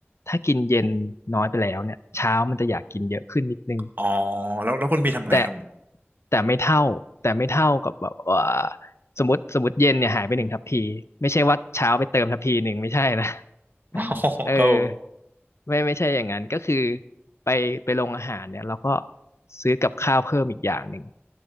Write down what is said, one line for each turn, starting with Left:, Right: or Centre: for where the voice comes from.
Left: ถ้ากินเย็นน้อยไปแล้วเนี่ยเช้ามันจะอยากกินเยอะขึ้นนิดนึง
Right: อ๋อแล้วแล้วคุณพี่ทำไงครับผม
Left: แต่แต่ไม่เท่าแต่ไม่เท่ากับแบบว่าสมมติสมมติเย็นเนี่ยหายไปหนึ่งทัพพีไม่ใช่ว่าเช้าไปเติมทัพพีหนึ่งไม่ใช่นะ
Right: อ๋อ
Left: <laughs> เออ
Right: ครับผม
Left: ไม่ไม่ใช่อย่างนั้นก็คือไปไปโรงอาหารเนี่ยเราก็ซื้อกับข้าวเพิ่มอีกอย่างหนึ่ง